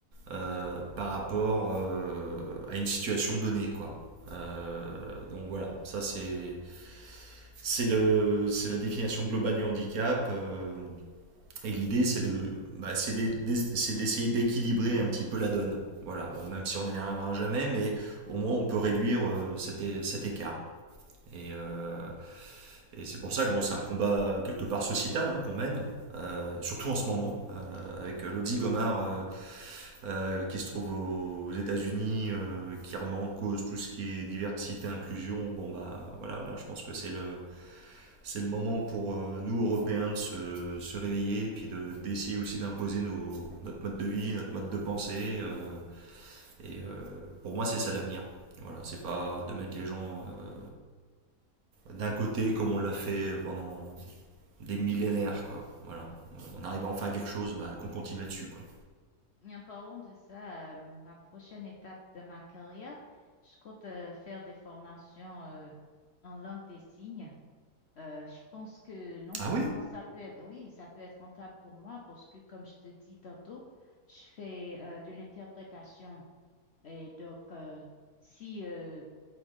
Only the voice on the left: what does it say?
Et en parlant de ça, euh, ma prochaine étape de ma carrière, je compte euh, faire des formations euh, en langue des signes. Euh, je pense que non seulement
ça peut être, oui, ça peut être rentable pour moi parce que, comme je te dis tantôt, je fais euh, de l'interprétation. Et donc, euh, si euh,